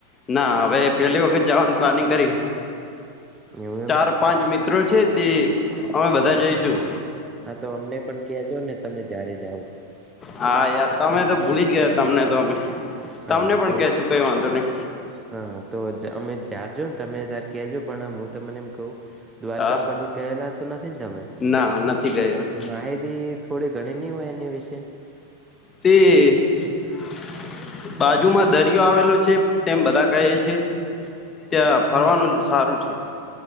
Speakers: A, on the left (about 20°); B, on the right (about 15°).
A: ના હવે પેલી વખત જવાનું પ્લાનિંગ કરી.
B: એવમ.
A: ચાર પાંચ મિત્રો છે તે અમે બધા જઈશું.
B: હા તો અમને પણ કજો ને તમે જય્યારે જાઓ.
A: હા યાર તમે તો ભૂલી જ ગયા તમને તો અમે
B: હા
A: તમને પણ
B: તો
A: કેશું કઈ વાંધો નહી.
B: હા તો અમે જ્યાર જો ને તમે તાર ક્યાજ પણ હું તમને એમ કહું. દ્વારકામાં
A: હા
B: કદી ગયેલા તો નથી ને તમે.
A: ના નથી ગયેલા.
B: તો માહિતી થોડી ઘણી નહ હોય એની વિશે.
A: તે <unintelligible> બાજુમાં દરિયો આવેલો છે તેમ બધા કહે છે. ત્યાં ફરવાનું
B: હા
A: સારું છે.